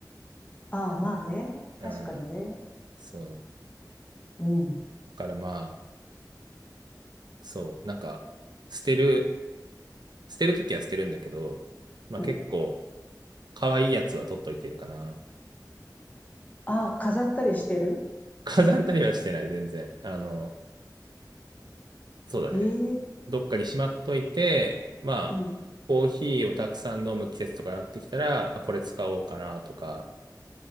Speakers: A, on the left; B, on the right.
A: ああ、まあね。確かにね。
B: うん。そう。
A: うん。
B: からまあ、そう、なんか、捨てる、捨てるときは捨てるんだけど、まあ結構、
A: うん
B: 可愛いやつは取っといてるかな。
A: ああ、飾ったりしてる
B: <laughs> 飾ったりはしてない、全然。あの、そうだね。
A: ええ
B: どっかにしまっといて、まあ、
A: うん。
B: コーヒーをたくさん飲む季節とかなってきたら、あ、これ使おうかなとか。